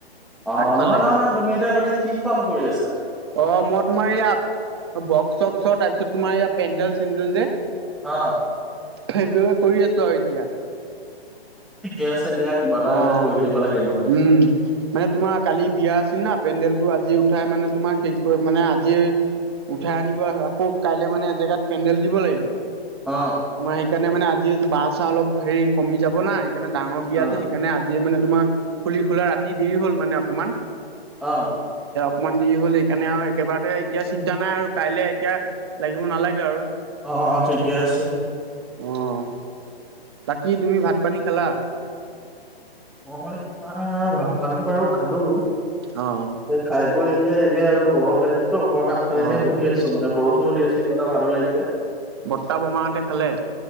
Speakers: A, in the centre; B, on the right (about 25°).
A: অ
B: আগফালে।
A: নহয় নহয়
B: অহ,
A: নহয় তুমি এতিয়া মানে কি কাম কৰি আছা?
B: মই তোমাৰ ইয়াত বক্স- চক্সৰ তাৰপিছত তোমাৰ ইয়া পেণ্ডেল -চেণ্ডেল যে
A: আ
B: সেইবাবে কৰি আছো আৰু এতিয়া।
A: ঠিকে আছে দিয়া কিবা এটা
B: অহ,
A: এটা কৰি থাকিব লাগে এনেও।
B: উম মানে তোমাৰ কালি বিয়া আছিল না পেণ্ডেল ফটো আজি উঠাই মানে তোমাৰ হে কৰি মানে আজি উঠাই আনিবা আকৌ কাইলে মানে এজেগাত পেণ্ডেল দিব লাগিব
A: অ
B: তোমাৰ সেইকাৰণে মানে আজি বাঁহ -চাঁহ অলপ হেৰি কমি যাব না সেইকাৰণে ডাঙৰ বিয়া
A: অ
B: যে সেইকাৰণে আজিয়ে মানে তোমাৰ খুলি- খোলা ৰাতি দেৰি হ'ল মানে অকণমান।
A: অ',
B: অকমান দেৰি হ'ল সেইকাৰণে আৰু একেবাৰতে এতিয়া চিন্তা নাই আৰু কাইলে এতিয়া লাগিব নালাগে আৰু।
A: অহ -অহ ঠিকেই আছে।
B: অহ, বাকি তুমি ভাত-পানী খালা?
A: মই তোমাৰ ভাত- পানী বাৰু খালো
B: অ
A: যে খাই বৈ এতিয়া এনেই আৰু গৰম লাগিছেতো অকমান আগফাল
B: অ
A: এনেই বহি আছো মানে বৰষুণো দি আছে কিবা এটা ভালো লাগিছে।
B: বৰ্তা-বমাহঁতে খালে?